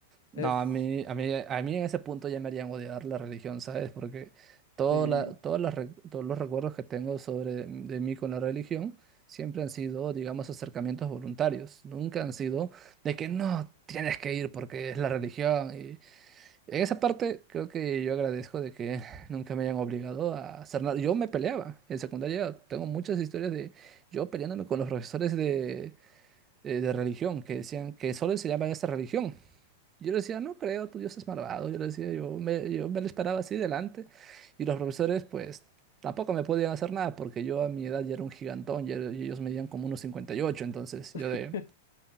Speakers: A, on the right; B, on the left.
A: No,
B: Es,
A: a mí, a mí, a mí en ese punto ya me harían odiar la religión, ¿sabes? Porque todo
B: sí,
A: la- todas las re- todos los recuerdos que tengo sobre de mí con la religión siempre han sido, digamos, acercamientos voluntarios. Nunca han sido de que no tienes que ir porque es la religión. Y en esa parte creo que yo agradezco de que <laughs> nunca me hayan obligado a hacer nada. Yo me peleaba en secundaria. Tengo muchas historias de yo peleándome con los profesores de, eh, de religión que decían que solo enseñaban esta religión. Yo le decía, no creo, tu Dios es malvado. Yo le decía, yo me, yo me lo esperaba así delante. Y los profesores, pues, tampoco me podían hacer nada porque yo a mi edad ya era un gigantón ya- y ellos medían como unos cincuenta y ocho Entonces, yo
B: <laughs>
A: de.
B: ah,